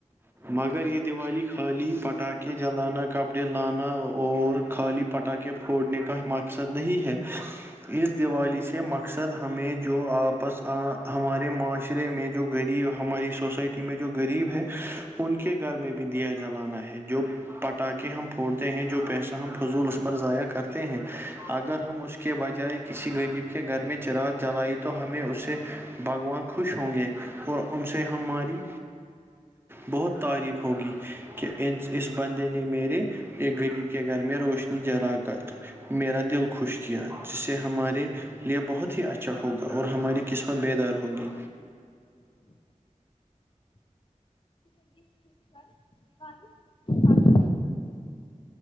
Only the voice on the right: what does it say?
مگر یہ دیوالی خالی پٹاخے جلانا کپڑے لانا اور خالی پٹاخے پھوڑنے کا مقصد نہیں ہے
اس دیوالی سے مقصد ہمیں جو آپس آ ہمارے معاشرے میں جو غریب ہماری سوسائٹی میں جو غریب ہیں ان کے گھر میں بھی بھی دیا جلانا ہے جو پٹاخے ہم پھوڑتے ہیں جو پیسہ ہم فضول اس پر ضائع کرتے ہیں اگر ہم اس کے بجائے کسی غریب کے گھر میں چراغ جلائی تو ہمیں اسے بھگوان خوش ہوں گے اور ان سے ہماری
بہت تعریف ہوگی کہ اس بندے نے میرے ایک غریب کے گھر میں روشنی جرا کر میرا دل خوش کیا جس سے ہمارے لیے بہت ہی اچھا ہوگا اور ہماری قسمت بیدار ہوگی